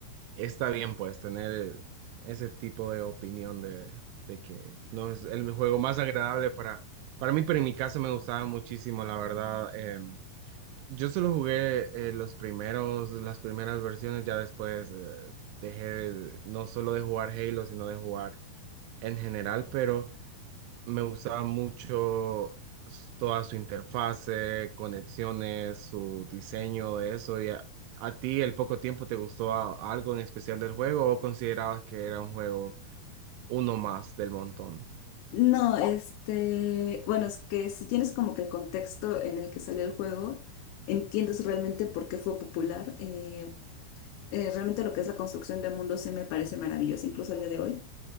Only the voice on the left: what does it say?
No, este, bueno, es que si tienes como que el contexto en el que salió el juego, entiendes realmente por qué fue popular. Eh, Eh, realmente lo que es la construcción de mundos sí me parece maravilloso, incluso el día de hoy.